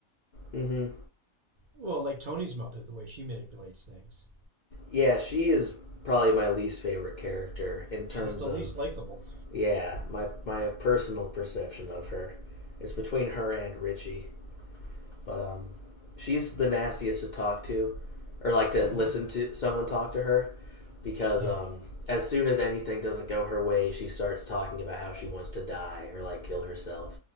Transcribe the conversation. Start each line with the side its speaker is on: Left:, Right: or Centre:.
Left: Mm-hmm.
Right: Well, like Tony's mother, the way she manipulates things.
Left: Yeah, she is probably my least favorite character in terms
Right: She's the
Left: of
Right: least likable.
Left: yeah my my personal perception of her. It's between her and Richie. But um, she's the nastiest to talk to, or like to
Right: Mm-hmm.
Left: listen to someone talk to her, because
Right: Yeah.
Left: um, as soon as anything doesn't go her way, she starts talking about how she wants to die or like kill herself,